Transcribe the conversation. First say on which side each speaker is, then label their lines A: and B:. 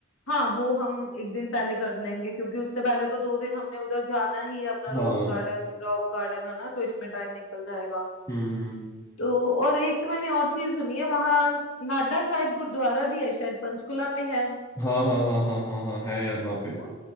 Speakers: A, on the left; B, on the left.
A: हाँ वो हम एक दिन पहले कर लेंगे क्योंकि उससे पहले तो दो दिन हमने उधर जाना ही है अपना
B: हाँ
A: रोज गार्डन रॉक गार्डन है ना तो इसमें टाइम निकल जाएगा
B: हम्म
A: तो और एक मैंने और चीज सुनी है वहां नाडा साहिब गुरुद्वारा भी है शायद पंचकुला में है है
B: हाँ हाँ हाँ हाँ हाँ हाँ है यार वहाँ पे
A: ना